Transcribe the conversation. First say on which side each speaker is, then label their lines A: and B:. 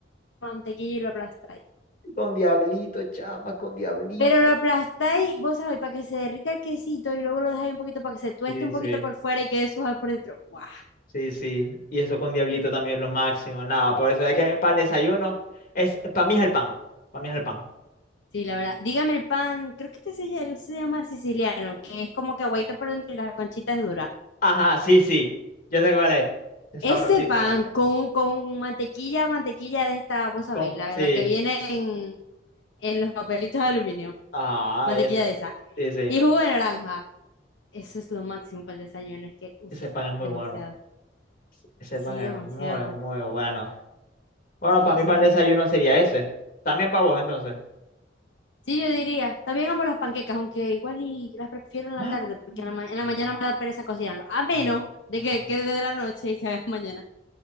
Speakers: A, on the left; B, on the left.
A: mantequilla y lo aplastáis.
B: Con Diablito, chama, con Diablito.
A: Pero lo aplastáis, vos sabéis, para que se derrita el quesito y luego lo dejáis un poquito para que se tueste
B: Sí,
A: un
B: sí,
A: poquito por fuera y quede suave por dentro. ¡Wow!
B: sí, sí. Y eso con Diablito también es lo máximo. Nada, por eso es que para el desayuno es para mí es el pan. Para mí es el pan.
A: Sí, la verdad. Dígame el pan, creo que este se, ll- se llama siciliano, que es como que aguaito por entre las conchitas duras.
B: Ajá, sí, sí. Yo sé cuál es. Es
A: Ese
B: sabrosísimo.
A: pan con, con mantequilla, mantequilla de esta, vos sabéis,
B: Con-
A: la,
B: sí.
A: la que viene en, en los papelitos de aluminio,
B: Ah,
A: mantequilla
B: esa.
A: de esa.
B: Sí, sí.
A: Y jugo de naranja. Eso es lo máximo para el desayuno, es que, uff,
B: Ese pan es muy
A: demasiado.
B: bueno. Ese
A: Sí,
B: pan es
A: demasiado.
B: muy, muy bueno. Bueno,
A: Sí,
B: para mí
A: sabemos.
B: para el desayuno sería ese. También para vos, entonces.
A: Sí, yo diría, también amo las panquecas, aunque igual y las prefiero en la
B: <gasps> ¡Ah!
A: tarde, porque en la, ma- en la
B: Wow,
A: mañana me da pereza cocinarlo, a menos
B: fuerte,
A: de
B: la panza.
A: que quede de la noche y se haga <laughs> mañana.